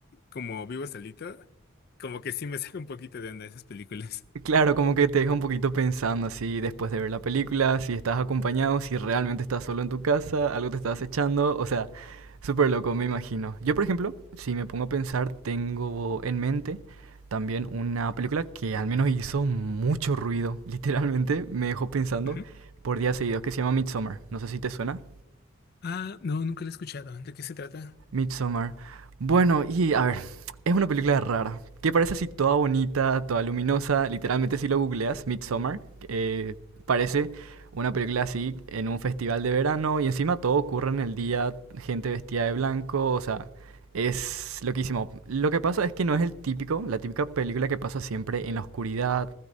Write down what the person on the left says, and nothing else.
como vivo solito, como que sí me <laughs> saca un poquito de onda esas películas.
Ujú.
Ah, no, nunca lo he escuchado. ¿De qué se trata?